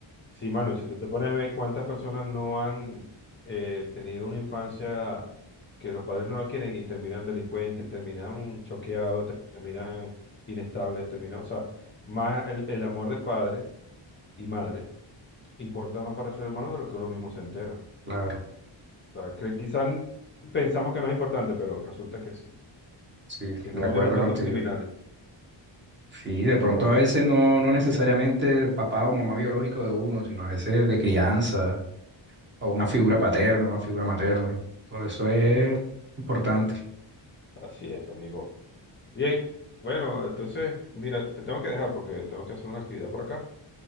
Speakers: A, on the left; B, on the right.
A: Sí, mano, y si tú te pones a ver cuántas personas no han eh, tenido una infancia que los padres no la quieren y terminan delincuentes, terminan choqueados, terminan inestables, terminan, o sea, más el, el amor de padre y madre importa más para el ser humano de lo que uno mismo se entera.
B: Claro,
A: O sea, que quizás pensamos que no es importante, pero resulta que sí.
B: sí,
A: Si no,
B: de
A: no
B: acuerdo
A: hubieran tantos
B: contigo.
A: criminales.
B: Sí, de
A: Sí,
B: pronto
A: oye,
B: a veces no, no necesariamente papá o mamá biológico de uno, sino a veces de crianza, o una figura paterna, una figura materna. Todo eso es
A: eso.
B: importante.
A: así es, amigo. Bien, bueno, entonces, mira, te tengo que dejar porque tengo que hacer una actividad por acá.